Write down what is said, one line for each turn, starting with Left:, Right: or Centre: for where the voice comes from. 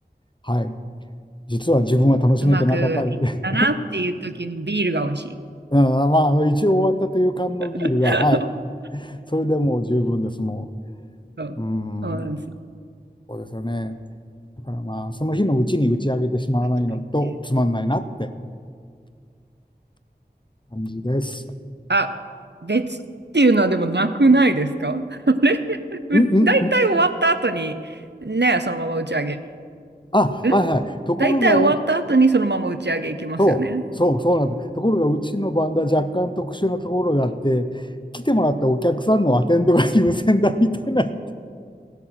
Left: はい、実は自分は楽しめてなかったり、
Right: うまくいったなっていう時のビールが美味しい。
Left: <laughs> うんまああの一応終わったという缶のビールが、
Right: <laughs>
Left: はい、それでもう十分です、も
Right: そう。
Left: う。う
Right: そうなんですよ。
Left: ん、そうですよね。だからまあ、その日のうちに打ち上げてしまわないのとつまんないなって
Right: 確かにね
Left: 感じです。
Right: あ、別っていうのはでもなくないですか <laughs> あれう大体終わった後に、
Left: うんうんうん。
Right: ね、そのまま打ち上げ。
Left: あ、
Right: うん
Left: はいはい。ところが、
Right: 大体終わった後にそのまま打ち上げ行きますよね。
Left: そう、そう、そうなんだ。ところが、うちのバンドは若干特殊なところがあって、来てもらったお客さんのアテンドが優先だみたいな。